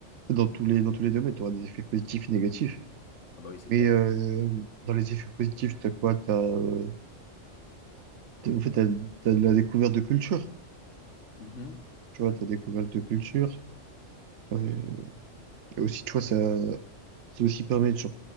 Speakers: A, on the right (about 70°); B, on the left (about 65°).
A: dans tous les dans tous les domaines, t'auras des effets positifs et négatifs.
B: Ah bah oui, c'est
A: Mais
B: clair.
A: euh, dans les effets positifs, t'as quoi? T'as, euh, t'as- en fait, t'as, t'as de la découverte de culture.
B: Mhm.
A: Tu vois, t'as découverte de culture. Ouais. Et aussi, tu vois, ça, ça aussi permet de, sur-